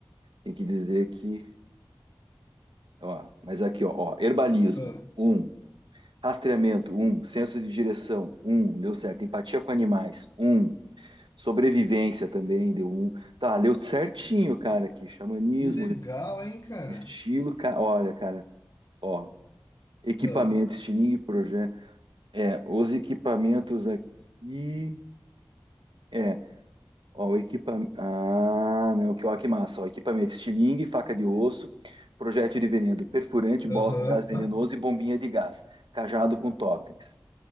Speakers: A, on the right; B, on the left.
A: tem que dizer que. Ó, mas aqui, ó, ó, herbalismo,
B: Ah,
A: um, Rastreamento, um, Senso de direção, um, Deu certo. Empatia com animais, um, Sobrevivência também deu um. Tá, deu certinho, cara, aqui. Xamanismo,
B: que legal, hein, cara?
A: estilo. ca- Olha, cara, ó. Equipamento,
B: Ah,
A: estilingue, projeto. É, os equipamentos aqui. É, ó, o equipamento. Ah, não, que, ó, que massa. Ó, equipamento: estilingue, faca de osso, projétil de veneno, perfurante,
B: Aham.
A: bola com gás venenoso e bombinha de gás, cajado com totens.